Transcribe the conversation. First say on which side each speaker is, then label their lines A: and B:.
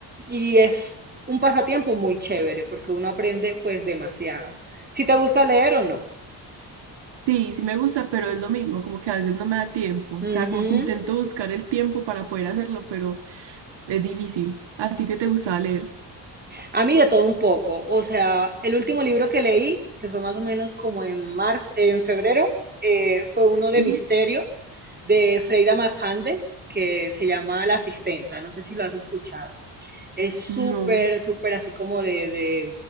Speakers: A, on the right; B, on the right.
A: Y es un pasatiempo muy chévere porque uno aprende pues demasiado. Si te gusta leer o no.
B: Sí, sí me gusta, pero es lo mismo, como que a veces no me da tiempo,
A: Ujú.
B: o sea, como que intento buscar el tiempo para poder hacerlo, pero es difícil. ¿A ti qué te gustaba leer?
A: A mí de todo un poco. O sea, el último libro que leí, que fue más o menos como en marzo, en febrero, eh, fue uno de
B: Ujú.
A: misterio de Freida masande que se llama La Asistenta. No sé si lo has escuchado. Es súper,
B: No.
A: súper así como de, de,